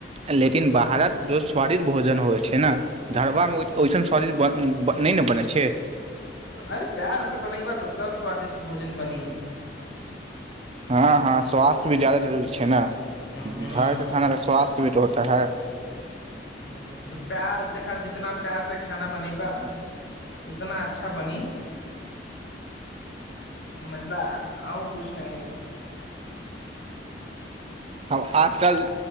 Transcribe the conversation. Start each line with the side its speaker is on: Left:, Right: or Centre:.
Right: लेेकिन बहारत जो स्वादिष्ट भोजन होइ छै छै ने धरबामे ओहिसन शरीर ब नहि ने बनै छै
Left: अरे प्यार से बनयबा तऽ सब स्वादिष्ट भोजन बनी
Right: हँ हँ स्वास्थ्यी जादा जरूरी छै छै ने
Left: हूं
Right: घर त थाना स्वास्थ्य भी तऽ होत इ त है
Left: ह तऽ प्यार देखा जितना प्यार से खाना बनेबा उतना अच्छा बनी समझला आउ कुछ न
Right: आ आजकल